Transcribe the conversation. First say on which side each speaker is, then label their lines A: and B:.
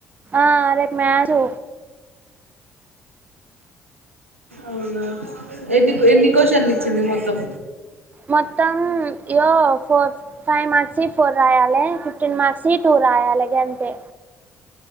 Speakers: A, on the right (about 25°); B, on the right (about 90°).
A: ఆ రేప్ మ్యాసు
B: అవునా ఎన్ని ఎన్నికోశాల్ని ఇచ్చింది. మొత్తం
A: మొత్తం ఇగో ఫోర్ ఫైవ్ మార్సిట్ ఫోర్ రాయాలే ఫిఫ్టీన్ మార్క్స్వి టూ రాయాలే గంతే